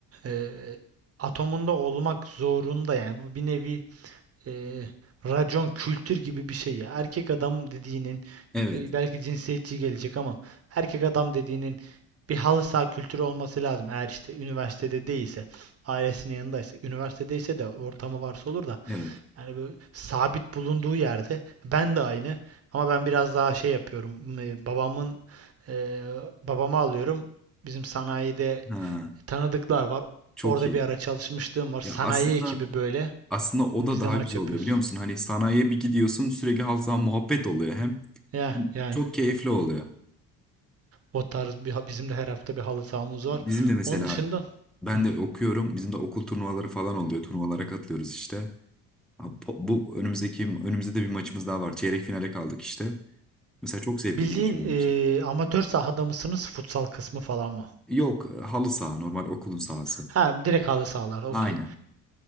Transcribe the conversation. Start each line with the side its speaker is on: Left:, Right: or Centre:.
Right: e, atomunda olmak zorunda yani. Bu bir nevi e, racon kültür gibi bir şey ya. Erkek adam dediğinin
Centre: Evet.
Right: bi- belki cinsiyetçi gelecek ama erkek adam dediğinin bir halı saha kültürü olması lazım. Eğer işte üniversitede değilse, ailesinin yanındaysa, üniversitedeyse de ortamı varsa olur da
Centre: Evet.
Right: yani böyle sabit bulunduğu yerde ben de aynı ama ben biraz daha şey yapıyorum. E, Babamın e, babamı alıyorum. Bizim sanayide
Centre: Ha,
Right: tanıdıklar var.
Centre: çok
Right: Orada
Centre: iyi.
Right: bir ara çalışmışlığım var. Sanayi
Centre: Ya aslında
Right: ekibi böyle.
Centre: Aslında o
Right: Biz
Centre: da daha
Right: de maç
Centre: güzel
Right: yapıyoruz.
Centre: oluyor biliyor musun? Hani sanayiye bir gidiyorsun sürekli halkla muhabbet oluyor hem
Right: Ya yani
Centre: çok keyifli oluyor.
Right: o tarz bir ha- bizim de her hafta bir halı sahamız var.
Centre: Bizim de mesela
Right: Onun dışında
Centre: ben
Right: hı,
Centre: de okuyorum. Bizim de okul turnuvaları falan oluyor. Turnuvalara katılıyoruz işte. Ha, po- Bu önümüzdeki önümüzde de bir maçımız daha var. Çeyrek finale kaldık işte. Mesela çok zevkli
Right: bildiğin
Centre: geçiyor benim
Right: e,
Centre: için.
Right: amatör sahada mısınız, futsal kısmı falan mı?
Centre: Yok halı saha normal okulun sahası.
Right: Ha direkt halı sahalar okey.
Centre: Aynen.